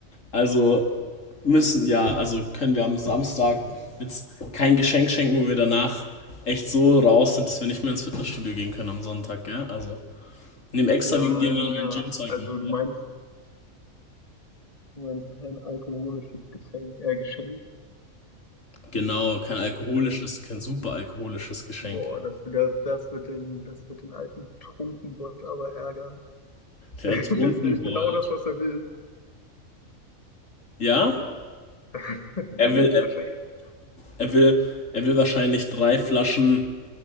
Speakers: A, on the left (about 65°); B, on the left (about 25°).
A: Also Müssen, ja. Also können wir am Samstag jetzt kein Geschenk schenken, wo wir danach echt so raus sind, dass wir nicht mehr ins Fitnessstudio gehen können am Sonntag, gell? Also, nimm extra
B: Ja,
A: wegen dir
B: ja,
A: mal
B: ja.
A: mein Gymzeug
B: Also
A: mit.
B: du meinst, du meinst kein alkoholisches Getränk, äh, Geschenk.
A: Genau, kein alkoholisches,
B: Ein,
A: kein super alkoholisches Geschenk.
B: boah, das, das, das wird den, das wird den alten Trunkenbold aber ärgern. <laughs>
A: Der
B: Das
A: hat trinken
B: ist nämlich
A: wollt.
B: genau das, was er will.
A: Ja?
B: <laughs> Nein,
A: Er will, er,
B: wahrscheinlich.
A: er will, er will wahrscheinlich drei Flaschen